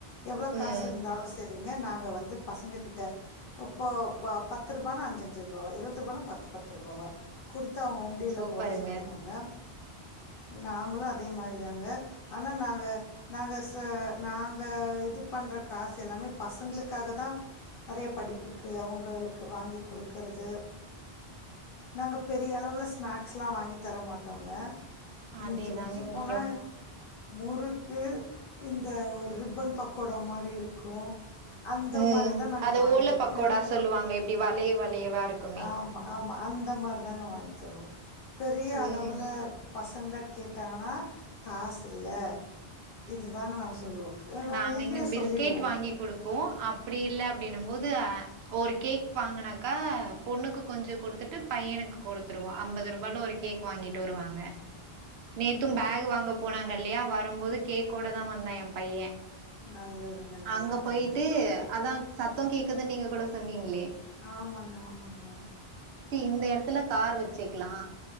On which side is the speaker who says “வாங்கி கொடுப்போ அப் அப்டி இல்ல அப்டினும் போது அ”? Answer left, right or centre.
Right